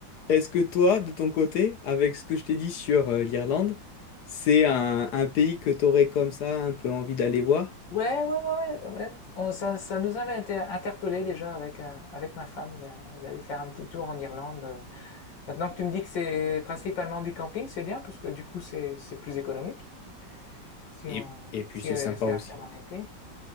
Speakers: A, on the left; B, on the left.
A: Est-ce que toi, de ton côté, avec ce que je t'ai dit sur euh, l'Irlande, c'est un, un pays que t'aurais comme ça un peu envie d'aller voir?
B: Ouais, ouais, ouais, ouais. ouais. On- ça, ça nous avait été interpellé déjà avec, euh, avec ma femme d'a- d'aller faire un petit tour en Irlande. euh. Maintenant que tu me dis que c'est principalement du camping, c'est bien parce que du coup c'est c'est plus économique. si
A: Et,
B: on,
A: et puis,
B: si
A: c'est
B: euh,
A: sympa
B: c'est
A: aussi.
B: à faire en été.